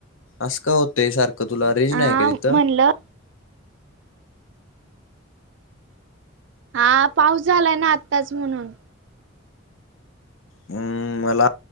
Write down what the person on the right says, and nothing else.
हा
म्हणलं हा पाऊस झालाय ना, आत्ताच म्हणून.